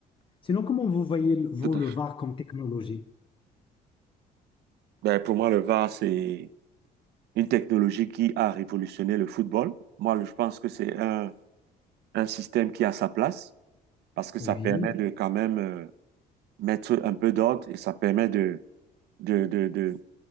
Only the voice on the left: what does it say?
Sinon, comment vous voyez, vous,
le
VAR comme technologie?
Oui,